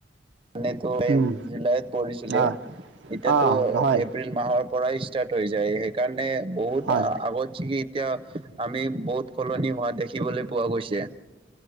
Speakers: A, on the right; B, on the right.
A: এনেতো এই
B: উম,
A: জুলাইত পৰিছিলে
B: অ',
A: এতিয়াতো
B: অ', হয়,
A: এপ্ৰিল মাহত পৰাই ষ্টাৰ্ট হৈ যায়, সেইকাৰণে বহুত
B: হয়,
A: আগত যিকি এতিয়া আমি বহুত সলনি হোৱা দেখিবলৈ পোৱা গৈছে।